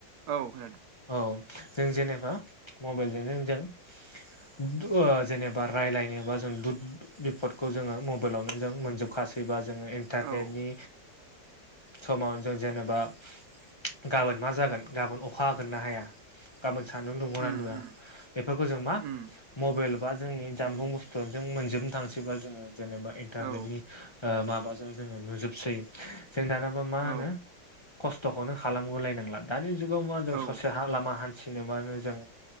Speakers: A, on the right (about 65°); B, on the left (about 40°).
A: औ खोनादों
B: औ जों जेनेबा मबाइलजोंनो जों जेनेबा रायलायनोबा जों दुध बिफदखौ जोङो मबाइलावनो जों मोनजोब <unintelligible> जोङो इन्टारनेटनि
A: औ
B: समावनो जों जेनेबा गाबोन मा जागोन गाबोन अखा हागोन ना हाया गाबोन सान्दुं दुंगोनना
A: उम
B: दुङा
A: उम
B: बेफोरखौ जों मा
A: उम
B: मबाइल बा जोंनि जानबुं
A: उम
B: बुस्थुआनो जों मोनजोबनो थांसै बा जोङो जेनेबा इन्टारनेटनि
A: औ
B: माबाजों जोङो नुजोबसै जों दानाबा मा
A: औ
B: होनो खस्थखौनो खालामगोलायनांला दानि जुगाव मा जों
A: औ
B: ससे हा लामा हान्थिनोबानो जों